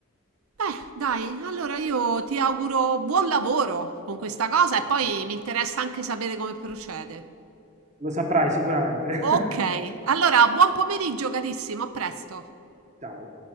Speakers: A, on the right; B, on the right.
A: Beh, dai, allora io ti auguro buon lavoro con questa cosa e poi mi interessa anche sapere come procede.
B: Lo saprai sicuramente.
A: Ok, allora buon pomeriggio carissimo, a presto.
B: <laughs> Ciao.